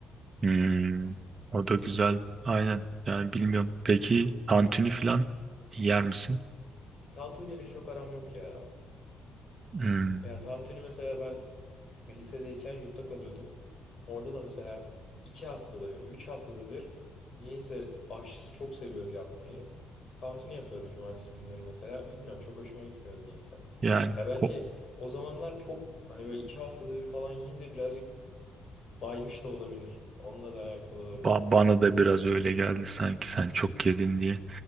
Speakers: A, on the right; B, on the left.
A: Hmm, o da güzel. Aynen. Yani bilmiyorum. Peki tantuni falan yer misin?
B: E, tantuni ile çok aram yok ya.
A: Hmm,
B: Yani tantuni mesela ben lisedeyken yurtta kalıyordum. Orada da mesela iki haftada bir, üç haftada bir niyeyse aşçısı çok seviyordu yapmayı. Tantuni yapıyordu cumartesi günleri mesela. Bilmiyorum çok hoşuma gitmiyordu niyeyse.
A: yani
B: Ya belki
A: ko-
B: o zamanlar çok hani böyle iki haftada bir falan yiyince birazcık baymış da olabilir. Onunla da alakalı olabilir.
A: ba- bana da biraz öyle geldi sanki sen çok yedin diye.